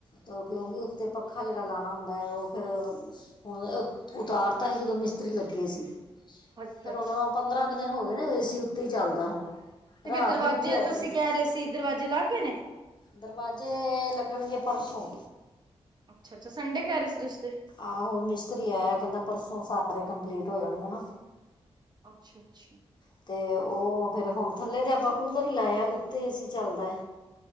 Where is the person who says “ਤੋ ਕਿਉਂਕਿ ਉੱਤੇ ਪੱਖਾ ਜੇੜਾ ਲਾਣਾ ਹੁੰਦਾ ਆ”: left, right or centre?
Left